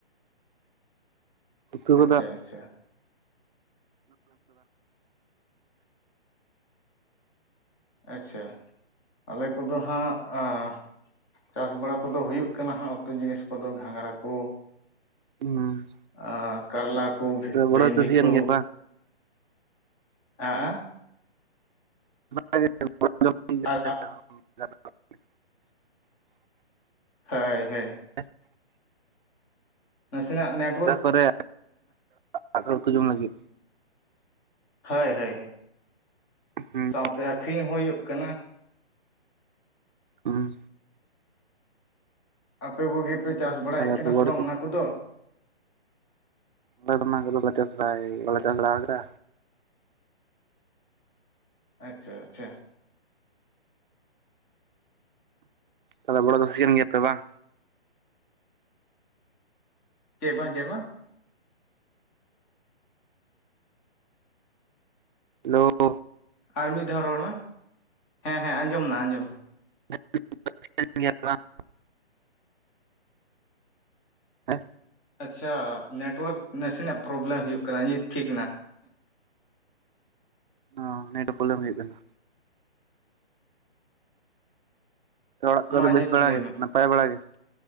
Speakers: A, on the right; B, in the centre.
A: ᱩᱛᱩ
B: ᱟᱪᱪᱷᱟ
A: ᱠᱚᱫᱚ ᱵᱟᱝ
B: ᱟᱪᱪᱷᱟ ᱟᱪᱪᱷᱟ ᱟᱞᱮ ᱠᱚᱫᱚ ᱦᱟᱸᱜᱼᱟ ᱪᱟᱥ ᱵᱟᱲᱟ ᱠᱚᱫᱚ ᱦᱩᱭᱩᱜ ᱠᱟᱱᱟ ᱦᱟᱸᱜ ᱩᱛᱩ ᱡᱤᱱᱤᱥ ᱠᱚᱫᱚ ᱜᱷᱟᱸᱜᱨᱟ ᱠᱚ
A: ᱦᱩᱸ
B: ᱟᱨ ᱠᱟᱨᱞᱟ ᱠᱚ
A: ᱵᱚᱲᱚ
B: ᱵᱷᱮᱱᱰᱤ
A: ᱪᱟᱹᱥᱤ
B: ᱠᱚ
A: ᱠᱟᱱ ᱜᱮᱭᱟ
B: ᱦᱮᱸ
A: <unintelligible>
B: ᱟᱨ ᱦᱳᱭ ᱦᱳᱭ
A: <unintelligible>
B: ᱱᱟᱥᱮᱱᱟᱜ ᱱᱮᱴ
A: ᱚᱠᱟ ᱠᱚᱨᱮ ᱟᱫᱚ <inaudible> ᱩᱛᱩ ᱡᱚᱢ ᱞᱟᱹᱜᱤᱫᱼᱼ
B: ᱦᱳᱭ ᱦᱳᱭ ᱦᱳᱭ
A: ᱦᱩᱸ
B: ᱥᱟᱶ ᱛᱮ ᱟᱠᱷᱨᱤᱧ ᱦᱚᱸ ᱦᱩᱭᱩᱜ ᱠᱟᱱᱟ
A: ᱦᱩᱸ
B: ᱟᱯᱮ ᱠᱚᱜᱮ ᱯᱮ ᱪᱟᱥ ᱵᱟᱲᱟᱭᱮᱫ
A: ᱛᱟᱦᱞᱮ
B: ᱠᱟᱱᱟ
A: ᱟᱯᱮ ᱵᱚᱲᱚ
B: ᱥᱮ ᱵᱟᱝ
A: ᱪᱟᱹᱥᱤ
B: ᱚᱱᱟ ᱠᱚᱫᱚᱼᱼ
A: ᱟᱞᱮ ᱫᱚ ᱚᱱᱟ ᱠᱚᱫᱚ ᱞᱮ ᱪᱟᱥ ᱵᱟᱲᱟᱭ ᱵᱟᱞᱮ ᱪᱟᱥ ᱵᱟᱲᱟᱣ ᱠᱟᱫᱟ᱾
B: ᱟᱪᱪᱷᱟ ᱟᱪᱪᱷᱟ᱾
A: ᱛᱟᱦᱞᱮ ᱵᱚᱲᱚ ᱪᱟᱹᱥᱤ ᱠᱟᱱ ᱜᱮᱭᱟᱯᱮ ᱵᱟᱝ?
B: ᱪᱮᱜ ᱵᱟᱝ ᱪᱮᱜ ᱵᱟᱝ?
A: ᱦᱮᱞᱳ᱾
B: ᱟᱨ ᱢᱤᱫ ᱫᱷᱟᱣ ᱨᱚᱲ ᱢᱮ, ᱦᱮᱸ ᱦᱮᱸ ᱟᱸᱡᱚᱢ ᱱᱟ ᱟᱸᱡᱚᱢ ᱱᱟ᱾
A: <unintelligible> ᱠᱟᱱ ᱜᱮᱭᱟᱯᱮ ᱵᱟᱝ? ᱦᱮᱸ
B: ᱟᱪᱪᱷᱟ ᱱᱮᱴᱣᱟᱨᱠ ᱱᱟᱥᱤᱱᱟᱜ ᱯᱨᱚᱵᱽᱞᱮᱢ ᱦᱩᱭᱩᱜ ᱠᱟᱱᱟ, ᱱᱤᱛ ᱴᱷᱤᱠ ᱮᱱᱟ᱾
A: ᱚᱸ ᱱᱮᱴ ᱯᱨᱚᱵᱽᱞᱮᱢ ᱦᱩᱭᱩᱜ ᱠᱟᱱᱟ᱾ ᱚᱲᱟᱜ ᱠᱚᱨᱮ
B: ᱢᱟ
A: ᱫᱚ
B: ᱱᱤᱛ
A: ᱵᱮᱥ ᱵᱟᱲᱟ
B: ᱞᱟᱹᱭ
A: ᱜᱮ
B: ᱢᱮ
A: ᱱᱟᱯᱟᱭ ᱵᱟᱲᱟ ᱜᱮ?